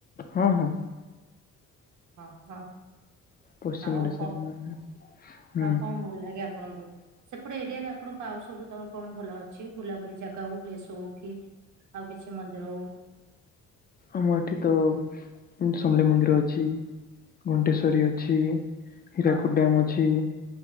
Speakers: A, on the left; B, on the right.
A: ହଁ ହଁ।
B: ହଁ ହଁ।
A: ପଶ୍ଚିମ
B: ଆଉ
A: ଓଡ଼ିଶା
B: କ
A: ରୁ ମୁଁ। ହୁଁ
B: ଆଉ କଣ ଭଲ ଲାଗେ ଆପଣଙ୍କୁ? ସେପଟେ ଏରିଆରେ ଆପଣଙ୍କ ଆଉ ସବୁ ତ କଣ ଭଲ ଅଛି ବୁଲାବୁଲି ଜାଗା ହଉ ପ୍ଲେସ ହଉ କି? ଆଉ କିଛି ମନ୍ଦିର ହୋଉ?
A: ଆମ ଏଠି ତ ସମଲେଇ ମନ୍ଦିର ଅଛି ଘଣ୍ଟେଶ୍ଵରୀ ଅଛି। ହୀରାକୁଦ
B: ହଁ
A: ଡ୍ୟାମ ଅଛି